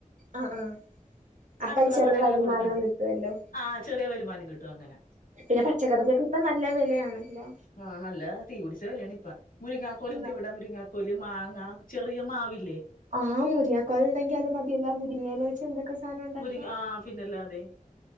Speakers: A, on the right (about 65°); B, on the left (about 85°).
A: ആഹ് ആഹ് അപ്പൊ
B: അടുത്തുള്ള
A: ചെറിയ
B: കടേലെല്ലാം
A: വരുമാനവും
B: കൊടുക്കണ്ട്
A: കിട്ടുവല്ലോ
B: ആ ചെറിയ വരുമാനം കിട്ടുവങ്ങനെ
A: പിന്നെ പച്ചക്കറിക്കൊക്കെപ്പം നല്ല വെലയാണല്ലോ
B: ആഹ് നല്ല തീപ്പിടിച്ച വെലയാണിപ്പം മുരിങ്ങക്കൊലിണ്ടിവിടെ
A: ഉം
B: മുരിങ്ങ കോല് മാങ്ങാ ചെറിയ മാവില്ലേ
A: ആ മുരിങ്ങാകോൽണ്ടങ്കിൽ അത് മതിയല്ലോ മു മുരിങ്ങേലവെച്ച് എന്ത സാനോണ്ടാക്കാം
B: മുരി ആഹ് പിന്നല്ലാതെ